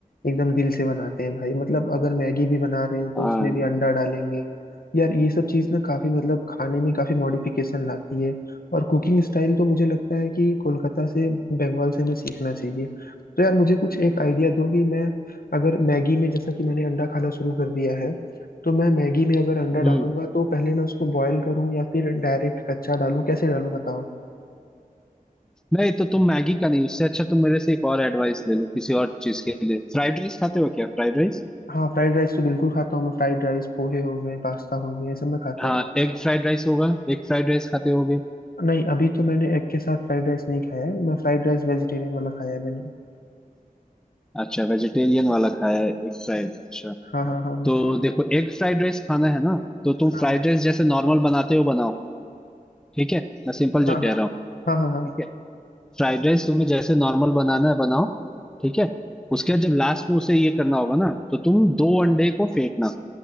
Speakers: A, on the left; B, in the centre.
A: एकदम दिल से बनाते हैं भाई मतलब अगर मैगी भी बना रहे हैं तो
B: हाँ
A: उसमें भी अंडा डालेंगे यार ये सब चीज़ ना काफ़ी मतलब खाने में काफ़ी मॉडिफिकेशन लाती है और कुकिंग स्टाइल तो मुझे लगता है कि कोलकाता से बंगाल से हमें सीखना चाहिए तो यार मुझे कुछ एक आइडिया दो कि मैं अगर मैगी में जैसा कि मैंने अंडा खाना शुरू कर दिया है तो मैं मैगी में अगर अंडा
B: हम्म
A: डालूंगा तो पहले मैं उसको बॉयल करूँ या फिर डायरेक्ट कच्चा डालूँ कैसे डालूँ बताओ
B: नहीं तो तुम मैगी का नहीं उससे अच्छा तुम मेरे से एक और एडवाइस ले लो किसी और चीज के लिए फ्राइड राइस खाते हो क्या फ्राइड राइस
A: हाँ फ्राइड राइस तो बिल्कुल खाता हूँ मैं फ्राइड राइस पोहे हो गए पास्ता हो गया ये सब मैं खाता
B: हाँ
A: हूँ
B: एग फ्राइड राइस होगा एग फ्राइड राइस खाते होगे
A: नहीं अभी तो मैंने एग के साथ फ्राइड राइस नहीं खाया है मैं फ्राइड राइस वेजिटेरियन वाला खाया है मैंने
B: अच्छा वेजिटेरियन वाला खाया है एग फ्राइड अच्छा
A: हाँ हाँ हाँ हाँ
B: तो देखो एग फ्राइड राइस खाना है ना तो तुम
A: हाँ
B: फ्राइड राइस जैसे नॉर्मल बनाते हो बनाओ ठीक है मैं सिंपल जो
A: हाँ
B: कह
A: हाँ
B: रहा हूँ
A: हाँ हाँ हाँ
B: ठीक है फ्राइड राइस तुम्हें जैसे नॉर्मल बनाना है बनाओ ठीक है उसके बाद जब लास्ट में उसे ये करना होगा ना तो तुम दो अंडे को फेंकना